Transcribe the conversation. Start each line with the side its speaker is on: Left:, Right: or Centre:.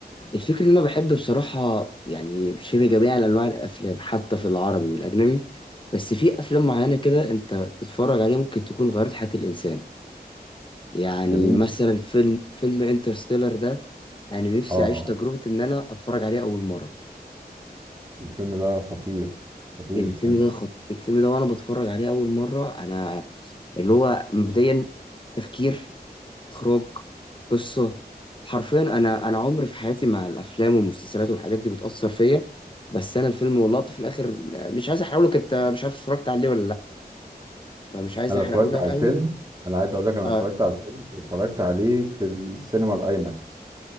Left: الفكرة ان انا بحب بصراحة يعني شبه جميع انواع الافلام حتى في العربي والاجنبي بس في افلام معينة كده انت تتفرج عليها ممكن تكون غيرت حياة الانسان يعني
Right: جميل
Left: مثلا فيلم فيلم انترستيلر ده انا نفسي
Right: اه
Left: اعيش تجربة ان انا اتفرج عليه اول مرة
Right: الفيلم ده خطير خطير
Left: الفيلم
Right: الفيلم
Left: ده
Right: ده
Left: خط... الفيلم ده وانا بتفرج عليه اول مرة انا اللي هو مبدئيا تفكير اخراج قصه حرفيا انا انا عمري في حياتي مع الافلام والمسلسلات والحاجات دي بتاثر فيا بس انا الفيلم واللقطه في الاخر مش عايز احرقه لك انت مش عارف اتفرجت عليه ولا لا فمش عايز
Right: انا
Left: احرقه
Right: اتفرجت
Left: لك
Right: على الفيلم
Left: قوي
Right: انا عايز اقول لك انا
Left: آه,
Right: اتفرجت على الفيلم واتفرجت عليه في السينما الايماكس